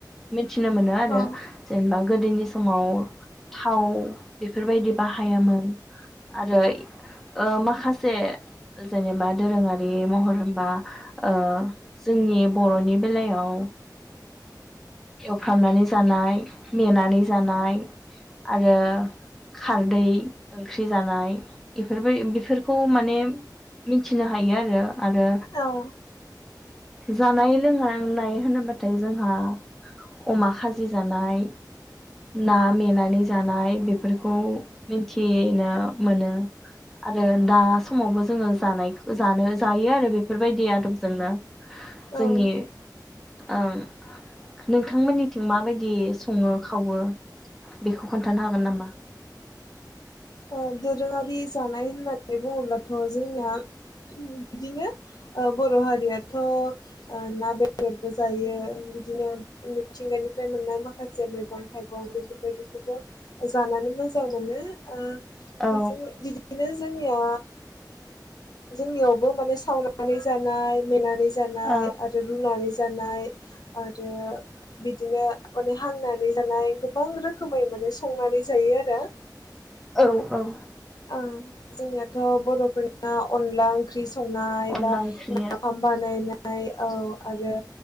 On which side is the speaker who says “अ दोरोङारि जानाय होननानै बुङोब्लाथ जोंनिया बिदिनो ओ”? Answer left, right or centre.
Left